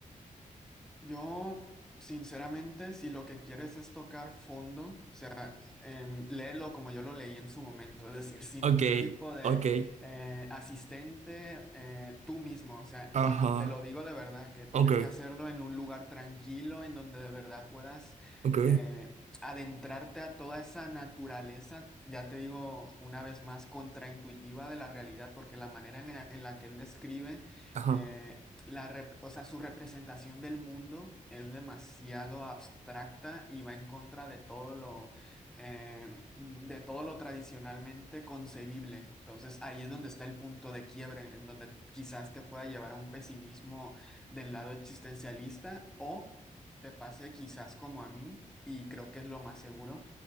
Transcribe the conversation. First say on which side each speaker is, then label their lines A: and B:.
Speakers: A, in the centre; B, on the right.
A: Yo, sinceramente, si lo que quieres es tocar fondo, em, léelo como yo lo leí en su momento, es decir, sin
B: Ok,
A: ningún tipo de
B: ok,
A: eh, asistente, eh, tú mismo, o sea,
B: ajá,
A: y te lo digo de verdad, que tienes
B: ok,
A: que hacerlo en un lugar tranquilo, en donde de verdad puedas
B: ok,
A: eh, adentrarte a toda esa naturaleza, ya te digo una vez más, contraintuitiva de la realidad, porque la manera en la, en la que él describe...
B: ajá,
A: eh, la rep- o sea, su representación del mundo es demasiado abstracta y va en contra de todo lo, eh, de todo lo tradicionalmente concebible. Entonces ahí es donde está el punto de quiebre, en donde quizás te pueda llevar a un pesimismo del lado existencialista o te pase quizás como a mí, y creo que es lo más seguro,